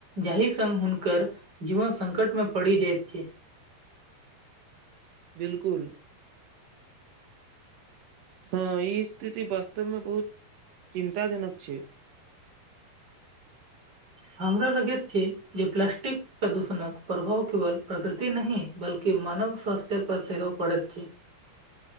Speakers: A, on the right; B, on the right.
A: जाहि संग हुनकर जीवन संकट मे पड़ि जाइत छै
B: बिलकुल हँ ई स्थिति वास्तवमे बहुत चिन्ता जनक छै
A: हमरा लगैत छै जे प्लास्टिक प्रदूषणक प्रभाव केवल प्रकृति नहि बल्कि मानव स्वास्थ्य पर सेहो पड़ैत छै